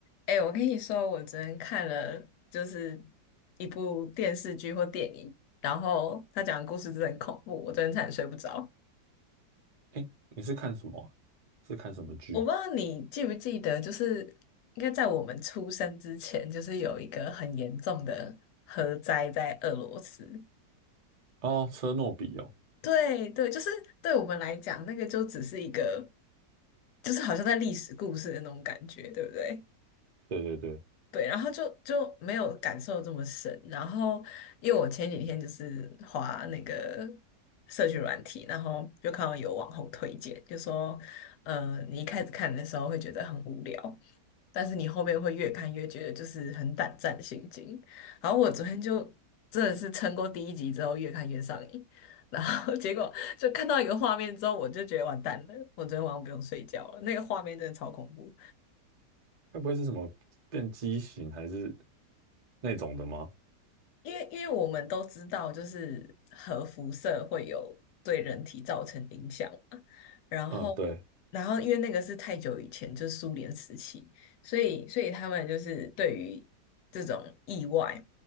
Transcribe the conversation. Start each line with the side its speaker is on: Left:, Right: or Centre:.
Left: 哎、我跟你说，我昨天看了就是一部电视剧或电影，然后他讲的故事真的很恐怖，我昨天差点睡不着。
Right: 哎，你是看什么啊是看什么剧？
Left: 我不知道你记不记得，就是应该在我们出生之前，就是有一个很严重的核灾在俄罗斯。
Right: 哦，车诺比哦，
Left: 对对，就是对我们来讲，那个就只是一个，就是好像在历史故事的那种感觉，对不对？
Right: 对对对，
Left: 对，然后就就没有感受这么深。然后，因为我前几天就是滑那个社群软体，然后就看到有网红推荐，就说，呃，你一开始看的时候会觉得很无聊，但是你后面会越看越觉得就是很胆战心惊。然后我昨天就真的是撑过第一集之后，越看越上瘾。然后 <laughs> 结果就看到一个画面之后，我就觉得完蛋了，我昨天晚上不用睡觉了，那个画面真的超恐怖。
Right: 该不会是什么变畸形还是那种的吗？
Left: 因为因为我们都知道，就是核辐射会有对人体造成影响嘛。然后，
Right: 嗯，对，
Left: 然后因为那个是太久以前，就是苏联时期，所以所以他们就是对于这种意外，